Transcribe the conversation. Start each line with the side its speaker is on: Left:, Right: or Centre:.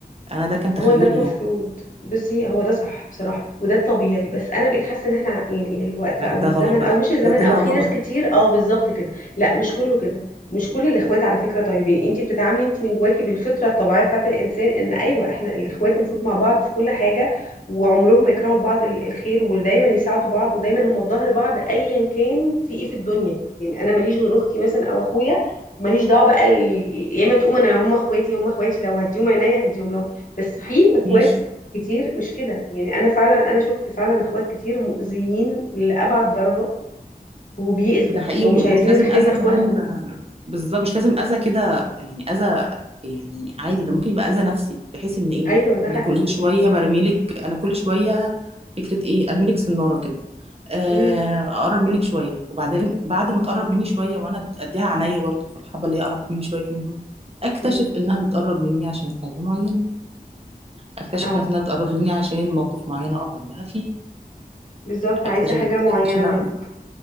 Right: انا ده كان
Left: ما
Right: تخيلي
Left: هو ده المفروض
Right: يعني
Left: بصي هو ده صح بصراحة وده الطبيعي بس انا بقيت حاسة ان احنا ع- يعني الوقت
Right: لا
Left: او
Right: ده
Left: الزمن
Right: غلط بقى
Left: او مش الزمن
Right: ده طلع
Left: او في
Right: غلط
Left: ناس كتير اه بالظبط كده لا مش كله كده مش كل الاخوات على فكرة طيبين انتي بتتعاملي انتي من جواكي بالفطرة الطبيعية بتاعت الانسان ان ايوه احنا الاخوات المفروض مع بعض في كل حاجة وعمرهم ما يكرهوا لبعض ال- الخير ودايما يساعدوا بعض ودايما هم في ظهر بعض ايا كان في ايه في الدنيا يعني انا ماليش غير اختي مثلا او اخويا ماليش دعوه بقى ال- يا اما تقوم انا هم اخواتي هم اخواتي لو هديهم عينيا هديهم لو بس في اخوات
Right: ماشي
Left: كتير مش كده يعني انا فعلا انا شفت فعلا اخوات كتير مؤذيين لأبعد درجة وبيأذوا
Right: ده حقيقي
Left: ومش
Right: ومش
Left: عايزين
Right: لازم
Left: الخير
Right: اذى
Left: لاخواتهم
Right: كمان آه، بالظبط مش لازم اذى كده يعني اذى يعني عادي ده ممكن يبقى اذى نفسي بحيث ان ايه
Left: ايوه ده
Right: انا
Left: حقيقي
Right: كل شويه برميلك انا كل شويه فكره ايه ارميلك سناره كده آه،
Left: امم
Right: اقرب منك شويه وبعدين بعد ما تقرب مني شويه وانا اديها عينيا برضه في الحبه اللي هي قربت مني شويه فيهم دول اكتشف
Left: امم
Right: انها بتقرب مني عشان حاجه معينه اكتشف
Left: اه
Right: مثلا انها بتقرب مني عشان موقف معين اقف جنبها فيه
Left: بالظبط عايزة
Right: اكتشف
Left: حاجة معينة
Right: اكتشف انها
Left: منك